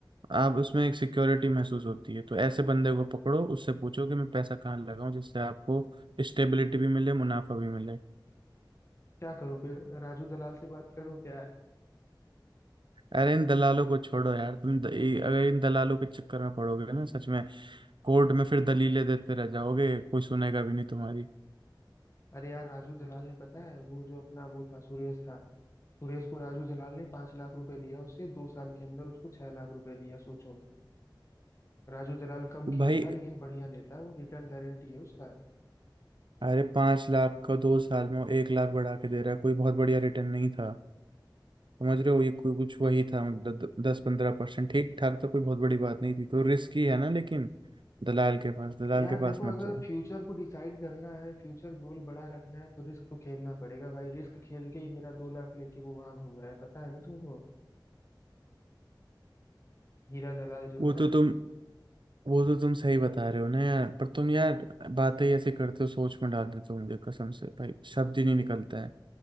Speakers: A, on the right (about 80°); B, on the left (about 35°).
A: आप उसमें एक सिक्योरिटी महसूस होती है तो ऐसे बंदे को पकड़ो उससे पूछो कि मैं पैसा कहाँ लगाऊं जिससे आपको स्टेबिलिटी भी मिले मुनाफा भी मिले
B: क्या करूँ फिर राजू दलाल से बात करूँ क्या
A: अरे इन दलालों को छोड़ो यार तुम द, ये- अगर इन दलालों के चक्कर में पड़ोगे ना सच में कोर्ट में फिर दलीलें देते रह जाओगे कोई सुनेगा भी नहीं तुम्हारी
B: अरे यार राजू दलाल ने पता है वो जो अपना वो था सुरेश था सुरेश को राजू दलाल ने पांच लाख रुपए लिया उससे दो साल के अंदर उसको छह लाख रुपए दिया सोचो राजू दलाल कम
A: तो
B: खेलता
A: भाई
B: है लेकिन बढ़िया देता है वो रिटर्न गारंटी है उसका
A: अरे पांच लाख का दो साल में वो एक लाख बढ़ा के दे रहा है कोई बहुत बढ़िया रिटर्न नहीं था समझ रहे हो ये कोई कुछ वही था मतलब दस पंद्रह परसेंट ठीक ठाक था कोई बहुत बड़ी बात नहीं थी तो रिस्क ही है ना लेकिन दलाल के पास दलाल
B: यार
A: के पास
B: देखो
A: मत
B: अगर
A: जाओ
B: फ्यूचर को डिसाइड करना है फ्यूचर गोल बड़ा रखना है तो रिस्क तो खेलना पड़ेगा भाई रिस्क खेल के ही मेरा दो लाख लेके वो वहां घूम रहा है पता है ना तुमको हीरा दलाल जो
A: वो
B: है
A: तो तुम वो तो तुम सही बता रहे हो ना यार पर तुम यार बातें ही ऐसे करते हो सोच में डाल देते हो मुझे कसम से भाई शब्द ही नहीं निकलता है